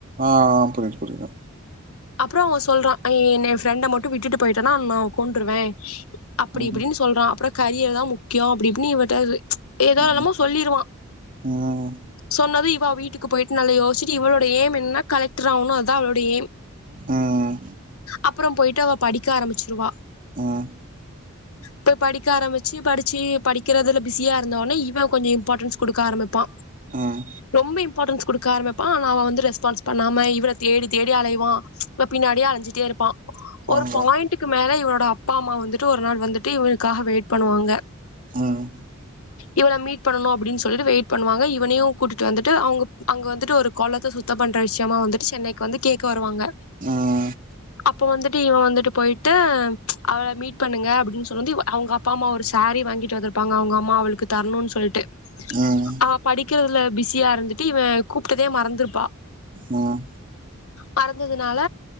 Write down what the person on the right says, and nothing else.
ஆ ஆ புரியுது புரியுது
ம்
ம்
ம்
ம் ம்
ம்
ம்.
அங்க
ம்
ம்
ம்
ம்